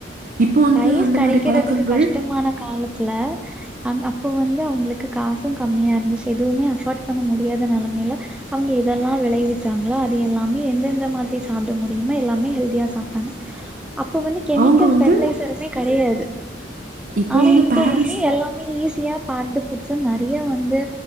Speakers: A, on the right (about 50°); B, in the centre.
A: இப்போ வந்து
B: ரைஸ்
A: அந்த
B: கெடைக்கிறதுக்கு
A: மாறி பழக்கங்கள்
B: கஷ்டமான காலத்துல அ அப்போ வந்து அவங்களுக்கு காசும் கம்மியா இருந்துச்சு எதுவுமே அஃபோர்ட் பண்ண முடியாத நெலமையில அவங்க இதெல்லா விளைவிச்சாங்களோ அது எல்லாமே எந்தெந்த மாதிரி சாப்பிட முடியுமோ எல்லாமே ஹெல்தியா சாப்ட்டாங்க அப்போ வந்து கெமிக்கல்
A: அவங்க வந்து
B: பெர்ட்லைசருமே கிடையாது
A: இப்போ
B: ஆனா இப்ப
A: பேரண்ட்ஸ்
B: வந்து எல்லாமே ஈஸியா பாண்டு பிடிச்சு நிறைய வந்து